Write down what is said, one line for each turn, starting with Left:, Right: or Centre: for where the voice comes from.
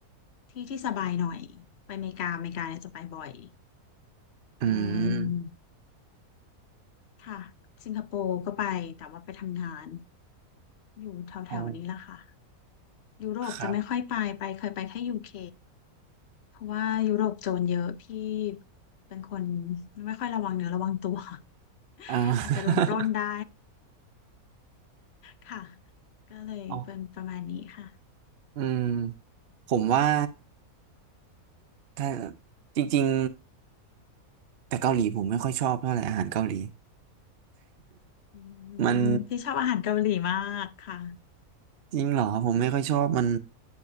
Left: ที่ที่สบายหน่อยไปอเมริกาอเมริกาเนี่ยจะไปบ่อย
Right: <laughs> อืม
Left: เอ่อค่ะสิงคโปร์ก็ไปแต่ว่าไปทำงานอยู่แถวแถวนี้แหละค่ะ
Right: อ๋อ
Left: ยุโรปจะไม่ค่อยไปไปเคยไปแค่ยูเค
Right: ครับ
Left: เพราะว่ายุโรปโจรเยอะพี่เป็นคนไม่ค่อยระวังเนื้อระวังตัว
Right: <laughs>
Left: <laughs>
Right: อ่า
Left: อาจจะโดนปล้นได้
Right: <laughs>
Left: ค่ะก็เลยเป็นประมาณนี้ค่ะ
Right: อ๋ออืมผมว่าถ้าจริงๆแต่เกาหลีผมไม่ค่อยชอบเท่าไหร่อาหารเกาหลี
Left: อื
Right: มัน
Left: มพี่ชอบอาหารเกาหลีมากค่ะ
Right: จริงเหรอผมไม่ค่อยชอบมัน